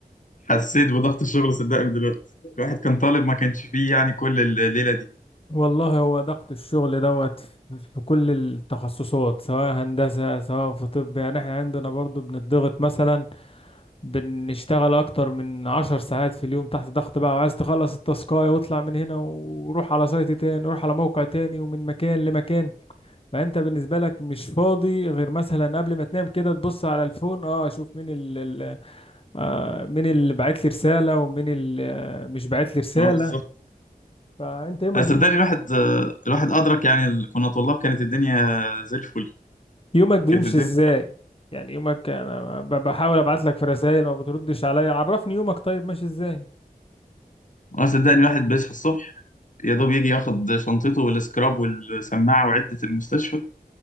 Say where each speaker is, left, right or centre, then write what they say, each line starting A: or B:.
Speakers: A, on the left; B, on the left.
A: حسيت بضغط الشغل صدقني دلوقتي الواحد كان طالب ما كانش فيه يعني كل الليلة دي
B: والله هو ضغط الشغل دوت في كل التخصصات سواء هندسة سواء في طب يعني احنا عندنا برضو بنضغط مثلا بنشتغل اكتر من عشر ساعات في اليوم تحت ضغط بقى وعايز تخلص التاسكاية واطلع من هنا وروح على سايت تاني وروح على موقع تاني ومن مكان لمكان فانت بالنسبة لك مش فاضي غير مثلا قبل ما تنام كده تبص على الفون اه اشوف مين ال ال- آه مين اللي بعت لي رسالة ومين اللي آه مش بعت لي رسالة
A: ما هو بالظبط
B: فانت يومك
A: أنا صدقني
B: بيمشي
A: الواحد آه، الواحد أدرك يعني ال- كنا طلاب كانت الدنيا زي الفل
B: يومك بيمشي
A: كانت الدنيا
B: ازاي يعني يومك انا ب- بحاول ابعت لك في رسائل ما بتردش عليا عرفني يومك طيب ماشي ازاي
A: اه صدقني الواحد بيصحى الصبح يا دوب يجي ياخد شنطته والسكراب والسماعة وعدة المستشفى